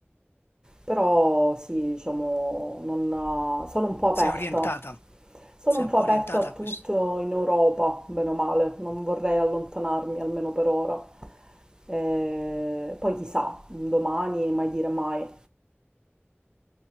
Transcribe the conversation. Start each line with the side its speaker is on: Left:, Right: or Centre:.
Right: Però sì, diciamo, non- sono un po' aperta.
Left: sei orientata,
Right: Sono
Left: sei
Right: un
Left: un
Right: po'
Left: po'
Right: aperta
Left: orientata
Right: a tutto
Left: a questo.
Right: in Europa, bene o male, non vorrei allontanarmi almeno per ora. Eh, poi chissà, un domani mai dire mai.